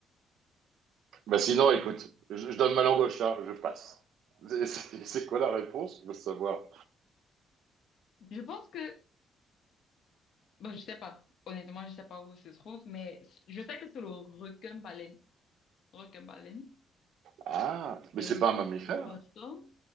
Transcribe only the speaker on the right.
bah sinon, écoute, je, je donne ma langue au chat, je passe. C'est c'est- c'est quoi la réponse? Je veux savoir.
Ah, mais
c'est
pas
un mammifère?